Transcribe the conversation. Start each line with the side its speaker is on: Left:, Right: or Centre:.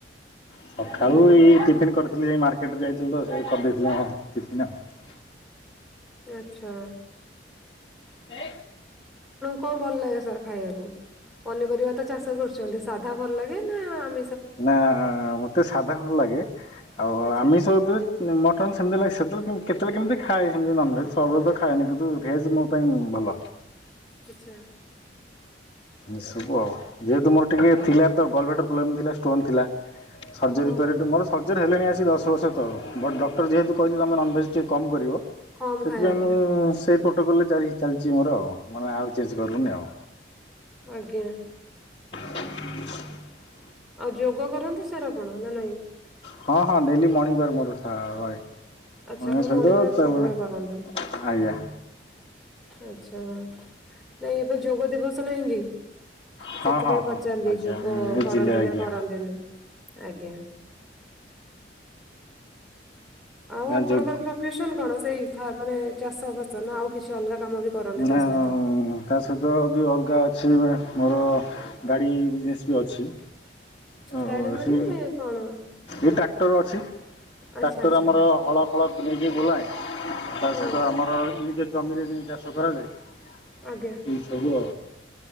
Left: ସକାଳୁ ଏଇ ଟିଫନ୍ କରିଥିଲି ଯେ ମାର୍କେଟରେ ଯାଇଥିଲି ତ ସେଇଠି କରିଦେଇଥିଲି ଟିଫନ ଆଉ।
Centre: ଆଛା।
Left: ଏ
Centre: କଣ ଭଲ ଲାଗେ ସାର୍ ଖାଇବାକୁ ପନିପରିବା ତ ଚାଷ କରୁଛନ୍ତି ସାଧା ଭଲ ଲାଗେ ନା ଆମ
Left: ନା ମତେ ସାଧା ଭଲ ଲାଗେ ଆଉ
Centre: ଆଚ୍ଛା
Left: ଆମିଷ ଉପରେ ମଟନ ସେମତି ଲାଗେ ସେତେବେଳେ କେ କେତବେଳେ କେମତି ଖାଏ ସେମିତି ନନଭେଜ୍ ସର୍ବତ ଖାଏନି କିନ୍ତୁ ଭେଜ ମୋ ପାଇଁଁ ଭଲ
Centre: ଆଚ୍ଛା
Left: ଏ ସବୁ ଆଉ ଯେହତୁ ମୋର ଟିକେ ଥିଲା ତ ଗଲବ୍ଳାଡ଼ର ପ୍ରୋବ୍ଲେମ୍ ଥିଲା ଷ୍ଟୋନ୍ ଥିଲା ସର୍ଜରୀ
Centre: ଓହୋ
Left: ପରେ ମୋର ସର୍ଜରୀ ହେଲାଣି ଦଶବର୍ଷ ତଳୁ ତ ବଟ ଡକ୍ଟର ଯେହେତୁ କହିଥିଲା ତୁମେ ନନ୍ଭେଜ୍ ଟିକେ କମ୍ କରିବ
Centre: କମ୍
Left: ସେଥିପାଇଁ
Centre: ଖାଇବାକୁ
Left: ମୁଁ ସେ ପ୍ରଟୋକଲ ଜାରି ଚାଲିଛି ମୋର ଆଉ ମାନେ ଆଉ ଚେଞ୍ଜ କରୁନି ଆଉ।
Centre: ଆଜ୍ଞା
Left: ହ
Centre: ଆଉ ଯୋଗ କରନ୍ତି ସାର୍ ଆପଣ ନା ନାଇଁ?
Left: ହଁ ହଁ ଡେଲି ମର୍ଣିଂ ମୋର ରହେ।
Centre: ଆଚ୍ଛା
Left: ନ୍ୟ
Centre: ଆପଣ
Left: ସହିତ
Centre: ମର୍ଣ୍ଣିଂ ୱାକ୍
Left: ତାପରେ
Centre: ସବୁବେଳେ କରନ୍ତି
Left: ଆଜ୍ଞା।
Centre: ଆଛା ନାଇଁ ଏବେ ଯୋଗ ଦିବସ ନାହିଁ କି।
Left: ହଁ
Centre: ସେଥିପାଇଁ
Left: ହଁ ହଁ
Centre: ପଚାରିଲି
Left: ଆଚ୍ଛା
Centre: ଯୋଗ
Left: ବୁଝିଲି
Centre: କରନ୍ତି
Left: ଆଜ୍ଞା
Centre: ନା କରନ୍ତିନି। ଆଜ୍ଞା। ଆଉ
Left: ନା
Centre: ଆପଣଙ୍କର
Left: ଯୋଗ
Centre: ପ୍ରଫେସନ କଣ ସେଇମାନେ ଚାଷବାସ ନା ଆଉ କିଛି ଅଲଗା? କାମ ବି କରନ୍ତି
Left: ନା
Centre: ତା ସହିତ?
Left: ତା ସହିତ ବି ଅଲଗା ଅଛି? ମୋର ଗାଡ଼ି ବିଜନେସ୍ ବି ଅଛି। ଓ
Centre: ଗାଡି ମାନେ
Left: ସେ
Centre: କଣ
Left: ଏ ଟ୍ରାକ୍ଟର ଅଛି।
Centre: ଆଚ୍ଛା
Left: ଟ୍ରାକ୍ଟର
Centre: ଆଚ୍ଛା
Left: ଆମର ହଳ ଫଳକୁ ନେଇକି ବୁଲାଏ ତା
Centre: ହଁ
Left: ସହିତ ଆମର ନିଜେ ଜମିରେ ନେଇ ଚାଷ କରାଯାଏ। ଏନ୍ଟି
Centre: ଆଜ୍ଞା
Left: ସବୁ